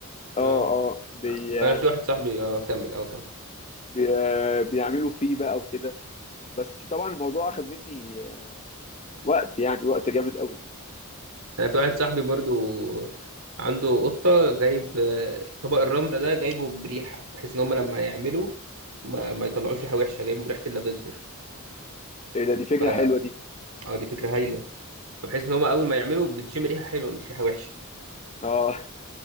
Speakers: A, on the left; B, on the right.
A: اه
B: اه
A: اه بي
B: انا
A: آه،
B: في واحد صاحبي اه كمل اه كمل
A: بي آه، بيعملوا فيه بقى وكده بس طبعا الموضوع اخد مني آه، وقت يعني وقت جامد قوي
B: انا في واحد صاحبي برضو عنده قطه جايب آه، طبق الرمله ده جايبه بريحه بحيث ان هم لما يعملوا ما, ما يطلعوش ريحه وحشه جايبه بريحه اللافندر
A: ايه ده دي فكرة
B: ف
A: حلوة دي
B: اه دي فكره هايله فبحيث ان هم اول ما يعملوا بتشم ريحه حلوه مش ريحه وحشه
A: اه